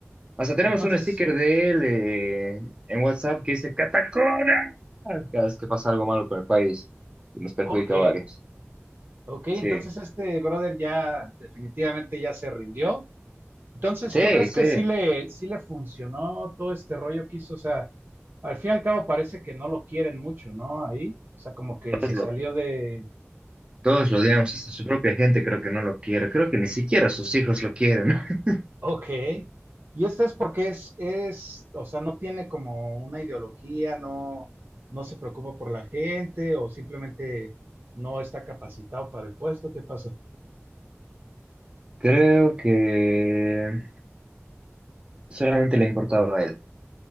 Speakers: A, on the right; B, on the right.
A: hasta tenemos
B: entonces,
A: un sticker de él eh, en WhatsApp que dice Catacora. Cada vez que pasa algo malo con el país y nos perjudica
B: ok,
A: a varios.
B: ok, entonces
A: Sí,
B: este brother ya definitivamente ya se rindió. Entonces,
A: sí,
B: ¿tú crees
A: sí,
B: que sí le, sí le funcionó todo este rollo que hizo? O sea, al fin y al cabo parece que no lo quieren mucho, ¿no? Ahí, o sea, como que
A: todos
B: se
A: lo,
B: salió de,
A: todos lo odiamos, hasta su propia gente creo que no lo quiere, creo que ni siquiera sus hijos lo quieren. <laughs>
B: Ok. Y este es porque es, es, o sea, no tiene como una ideología, no, no se preocupa por la gente o simplemente no está capacitado para el puesto. ¿Qué pasa?
A: Creo que solamente le importaba a él.